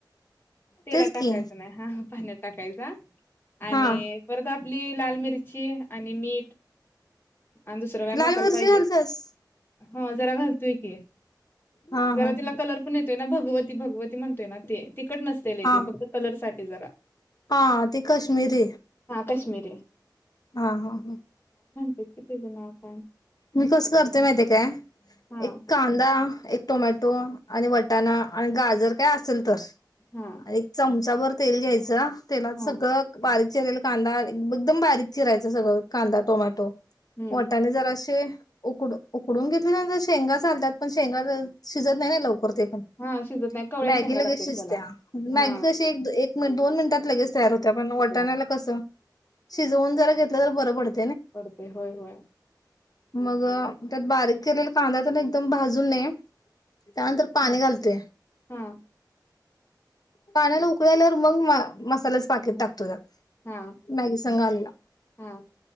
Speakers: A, on the left (about 30°); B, on the left (about 55°).
A: तेलात
B: तेच
A: टाकायच
B: की
A: नाही हा पाण्यात टाकायच आणि
B: हा.
A: परत आप आपली लाल मिरची आणि मीठ. आणि दुसर काय मसाला
B: लाल मिरची
A: पायजे.
B: घालतेस?
A: हा जरा घालतोय की,
B: हा
A: जरा
B: हा हा.
A: तिला कलर पण येतोय ना भगवती भगवती म्हण ते तिकट नसते लय
B: हा
A: तेे फक्त कलर साठी जरा.
B: हा ते कश्मीरी.
A: कश्मिरी.
B: हा हा हा.
A: ते कती ज <unintelligible>
B: मी कसं करते माहितीे काय
A: हा
B: एक कांदा एक टोमॅटो आणि वटाणा आणि गाजर काय असेल तर
A: हा
B: एक चमचाभर तेल घ्यायचं तेलात
A: हा
B: सगळं बारीक चीरलेला कांदा एकदम बारीक चिराय <unintelligible> कांदा टोमॅटो
A: हम्म
B: मोठ्यांनीजरा ते उक उकडून घेतले शेंगा चालतात पण शेंगा शिजत नाही ना लवकर. पण
A: हा शिजत नाही कवळ्या
B: मॅगीला
A: शेंगा लागतात
B: क
A: त्याला
B: <unintelligible>
A: हा
B: मॅगी कशी दोन मिनिटात लगेच तयार होत, पण वटाण्याला
A: त्या
B: कसं शिजवून जर घेतलं तर बरं पडत
A: पडते होय होय.
B: मग त्यात बारीक केलेला कांदा एकदम भाजून नये. त्यानंतर पाणी
A: हा
B: घालतोय
A: हा
B: पाण्याला उकळी आल्यावर मग मा मसाल्याच पाकीत
A: मसाला.
B: टाकतो त्यात
A: हा
B: मॅगी संघ आलेला
A: हा